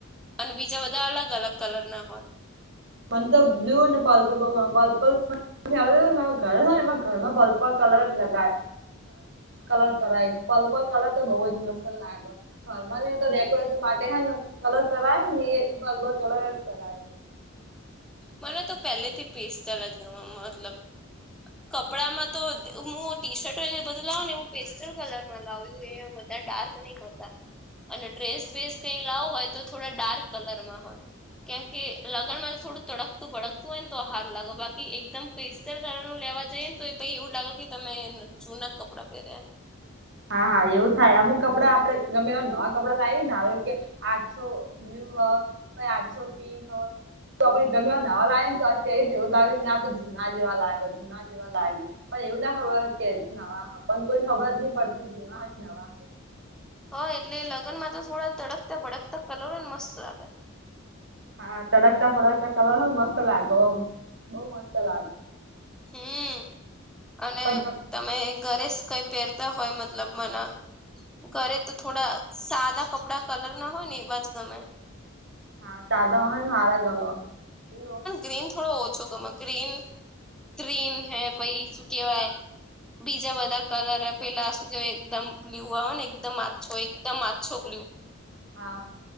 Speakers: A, in the centre; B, on the right.
A: અને બીજા બધા અલગ અલગ કલર ના હોય.
B: મન તોર બ્લુ અને પર્પલ બવ ગમે છે. વ મા ઘર છે ને એમાં ઘરમાં પલ્પલ કલર જ લગાય. કલર કરાય પલ કલર તો બહુ જ મસ્ત લાગલો. ઘરમાં ન તો ડેકોરેશન માટે હે ને કલર કરાય ને બબર કલર કરાય.
A: મને તો પહેલેથી પેસ્ટ ચલા જ મતલબ.
B: હ
A: કપડામાં તો હું ટી શર્ટ હોય ને બધું લાવું ને હું પેસ્ટલ કલરમાં લાવ્યું એ બધા ડાર્ક નહી હોતા અને ડ્રેસ વસ કઈ લાવો હોય તો થોડા ડાર્ક કલરમાં હોય. કેમ કે લગ્નમાં થોડું. તડકતું ભડકતું હોય ને તો આ હાર લાગો બાકી એકદમ પેસ્ર કલરનું લેવા જઈએને તો પ એવું લાગે કે તમે જૂના કપડા પહેર્યા.
B: હા હા એવું થાય અમુક કપડાં આપડે ગમે એ નવા કપડા લાવએને હ કે આજસો. બ્લુ હો પ આછો પિંક હો. તો ગમે નવા લાગે ને તો અ્યારે જ એવું લાગેને ના તો જુના જેવા લાગે જના. વા લાગ્યું પણ એવું ના ખબર કે પણ કોઈને ખબર જ નહી પડતી. જોવા હ નવા હોય.
A: હા એટલે લગ્ન માં તો થોડા તડકતા ભડકતા કલર ને મસ્ત લાગે.
B: હા તડકતા ફડકતા કલર મસ્ત લાગોમ બહ મસ્ત લાગે.
A: હમ અને
B: પણ
A: તમે ઘરે જ કઈ પહેરતા હોય મતલબ મને ઘરે તો થોડા સાદા કપડા કલર ના હોય ને એવા જ ગમે.
B: હા તાદા વ હાર ગવા એ
A: સ્ક્રીન થો ઓછો કમાં ગ્રીન ઉત્રીન હે પછ શું કેવાય બીજા બધા કલર પેલા શું કેહેવાય એકદમ બ્લુ આવે ને એકદમ માછો એકદમ માછો બ્લુ.
B: હા